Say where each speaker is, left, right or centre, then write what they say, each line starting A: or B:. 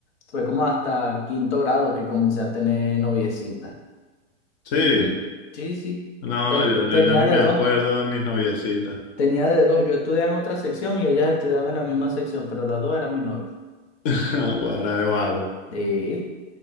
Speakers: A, on the left (about 65°); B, on the left (about 40°).
A: Fue como hasta quinto grado que comencé a tener noviecita.
B: Sí.
A: Ujú. Sí, sí.
B: No,
A: Te-
B: yo, yo,
A: tenía
B: yo ni
A: de
B: me
A: dos.
B: acuerdo de mis noviecitas.
A: Tenía de dos, yo estudiaba en otra sección y ellas estudiaban en la misma sección, pero las dos eran mi novia.
B: <laughs> Guara de vago.
A: Sí,